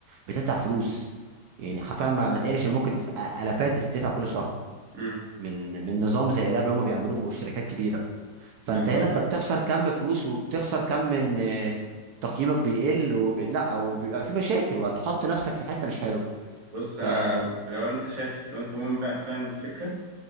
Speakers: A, on the right; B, on the right.
A: بتدفع فلوس يعني حرفيا ما, ما تقلش ان ممكن تبقى الافات بتدفع كل شهر
B: امم
A: من من نظام زي ده هما بيعملوه الشركات كبيرة فانت
B: بالظبط
A: هنا انت بتخسر كم فلوس وبتخسر كم من آه، تقييمك بيقل وبي... لا وبيبقى في مشاكل وهتحط نفسك في حتة مش حلوه
B: بص انا
A: فانا
B: لو انت شايف لو انت مؤمن بقى فعلا بالفكره